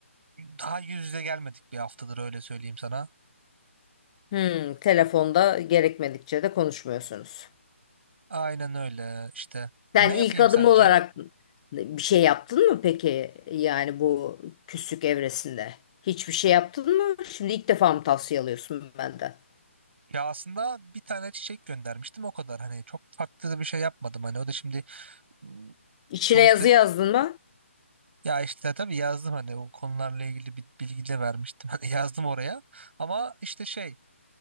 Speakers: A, on the right (about 55°); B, on the left (about 30°).
A: daha yüz yüze gelmedik bir haftadır öyle söyleyeyim sana.
B: Hmm, telefonda gerekmedikçe de konuşmuyorsunuz.
A: Aynen öyle işte.
B: Sen
A: Ne yapayım
B: ilk adım
A: sence?
B: olarak bir şey yaptın mı peki? Yani bu küslük evresinde. Hiçbir şey yaptın mı? Şimdi ilk defa mı tavsiye alıyorsun benden?
A: Ya aslında bir tane çiçek göndermiştim o kadar. Hani çok farklı da bir şey yapmadım. Hani o da şimdi ım,
B: İçine
A: sonuçta
B: yazı yazdın mı?
A: ya işte tabii yazdım hani o konularla ilgili bir bilgi de vermiştim. <laughs> Hani yazdım oraya. Ama işte şey